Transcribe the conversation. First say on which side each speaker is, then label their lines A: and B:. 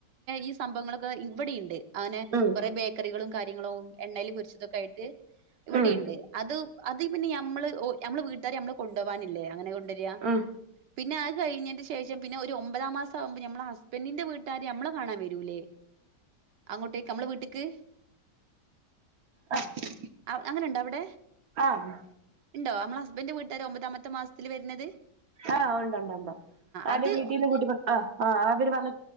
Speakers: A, on the right (about 80°); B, on the right (about 60°).
A: ഈ സംഭവങ്ങളൊക്കെ ഇവിടെുണ്ട് അങ്ങനെ
B: ഉം
A: കൊറെ ക്കറികളും കാര്യങ്ങളും എണ്ണയിൽ പൊരിച്ചതൊക്കെ ആയിട്ട് ഇവിടെയിണ്ട്
B: ഉം
A: അത് അത് പിന്നെ മ്മള് നമ്മള് വീട്ടുകാരെ നമ്മള് കൊണ്ട് പോവാനല്ലേ അങ്ങനെ കൊണ്ടുവരിക
B: ഉം
A: പിന്നെ അത് കഴിഞ്ഞന്റെ ശേഷം പിന്നെ ഒരു ഒമ്പതാം മാസം ആകുമ്പോ നമ്മളെ ഹസ്ബൻഡിന്റെ വീട്ടുകാര് നമ്മളെ കാണാൻ വരൂല്ലേ അങ്ങോട്ടേക്ക് നമ്മള വീട്ടിക്ക്
B: ആഹ്
A: അങ്ങനെണ്ടോ അവിടെ
B: ആഹ്
A: ഉണ്ടോ നമ്മളെ ഹസ്ബൻഡ്ന്റെ വീട്ടുകാര് ഒമ്പതാമത്തെ മാസത്തിൽ വര്ന്നത്
B: ആഹ് ഉണ്ട ഉണ്ട് ഉണ്ട് അന്റെ
A: അത്
B: വീട്ടീന്ന് കൂട്ടി ആഹ് ആഹ് അവര് വന്ന